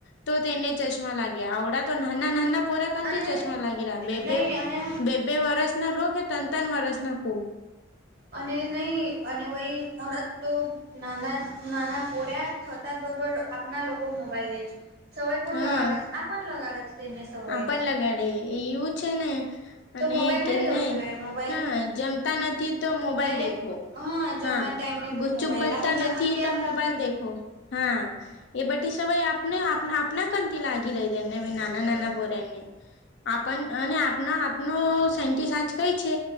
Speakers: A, on the left (about 70°); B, on the right (about 55°).
A: તો તેને ચશ્ લાગ્યા આવડા તો નાના નાનારાક
B: અને
A: થી ચશ્મા લાગી રહ્યા બેબે
B: નહી અને
A: બેબે વરસ ના રહો કે તન તન વરસ ના ક
B: અને નહી અને વય થોડા તો નાના નાના પોર્યા થતા જ બરોબર આપના લોકો મોબાઈલ લે છે સવય પણ
A: હા
B: લગાડે છે આ પણ લગાડે છે તેને સવાય
A: આપણ લગાડે એવું છે ને
B: તો
A: અને
B: મોબાઈલ
A: કે
B: દવું
A: નહી
B: જોઈએ મોબાઈલ
A: હા જમતા નથી તો મોબાઈલ દેખો
B: એક જમવાના
A: હા
B: ટાઈમને
A: ગુચ્ચુપ
B: મોબાઈલ
A: બચતા
B: આપણ જમત
A: નથી
B: તે
A: તો
B: આપના
A: મોબાઈલ દેખો હા એ બધી સવાય આપને આપના કથી લાગી રહી એમનેી નાના નાના બરાને આપ અને આપ આપનો સેન્ટિસ સાજ કઈ છે